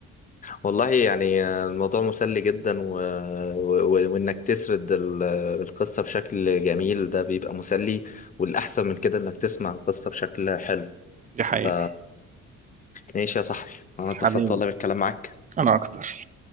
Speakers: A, on the left; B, on the right.
A: والله يعني الموضوع مسلي جدا و... و... وانك تسرد ال- القصة بشكل جميل ده بيبقى مسلي والأحسن من كده انك تسمع القصة بشكل حلو
B: دي حقيقه
A: ف ماشي يا صاحبي انا اتبسطت
B: حبيبي
A: والله بالكلام معاك
B: انا اكتر